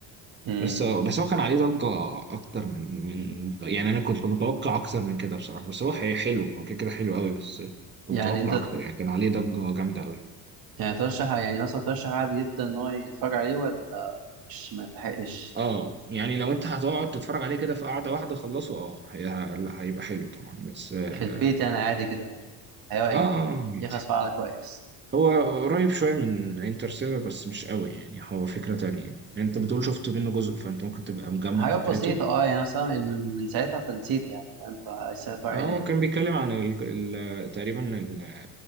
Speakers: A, on the right; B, on the right.
A: امم
B: بس بس هو كان عليه ضجة أكتر من من يعني أنا كنت متوقع أكتر من كده بصراحة بس هو حي- حلو هو كده كده حلو قوي بس كنت
A: يعني
B: متوقع
A: انت
B: أكتر يعني كان عليه ضجة جامدة قوي
A: يعني ترشح يعني مثلا ترشح عادي جدا ان هو يتفرج عليه ولا مش ما يستحقش
B: اه يعني لو أنت هتقعد تتفرج عليه كده في قعدة واحدة خلصه اه هي- ه- هيبقى حلو طبعا بس اه
A: في البيت يعني عادي كده هيقعد
B: اه آه،
A: يعني
B: عادي.
A: يخلص فعلا كويس
B: هو قريب شوية من انترستيلر بس مش قوي يعني هو فكرة تانية يعني أنت بتقول شفت منه جزء فأنت ممكن تبقى مجمع
A: حاجات
B: فكرته
A: بسيطة اه يعني مثلا من من ساعتها فنسيت يعني فاهم فلسه هتفرج
B: آه،
A: عليه
B: هو
A: تاني
B: كان بيتكلم عن ال... ال... تقريبا ال-